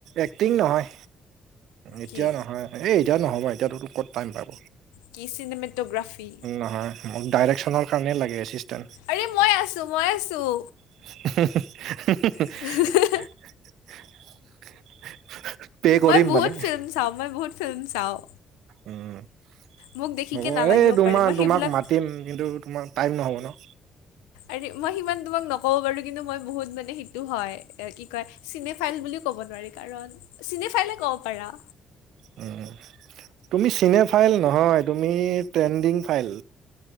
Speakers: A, on the right; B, on the left.
A: এক্টিং নহয়, এতিয়া
B: কি
A: নহয়, এই এতিয়া নহ'ব এতিয়াতোতো ক'ত টাইম পাব।
B: কি চিনেমেট'গ্ৰাফী
A: নহয়, মোক ডাইৰেকচনৰ কাৰণে লাগে এষ্টিটেন।
B: আৰে মই আছোঁ, মই আছোঁ।
A: <unintelligible>
B: <unintelligible>
A: <unintelligible>
B: মই বহুত
A: মানে,
B: ফিল্ম চাওঁ, মই বহুত ফিল্ম চাওঁ।
A: উমঁ'
B: মোক দেখিকে
A: হ'ব,
B: নালাগিব
A: এই তোমা-তোমাক
B: পাৰে মই সেইবিলাক
A: মাতিম কিন্তু তোমাৰ টাইম নহ'ব ন'।
B: আৰে মই সিমান তোমাক নক'ব পাৰো কিন্তু মই বহুত মানে সেইটো হয় কি কয় চিনে- ফাইল বুলি ক'ব নোৱাৰি কাৰণ চিনে ফাইলে ক'ব পাৰা।
A: উমঁ। তুমি চিনে ফাইল নহয়, তুমি ট্ৰেণ্ডিং ফাইল।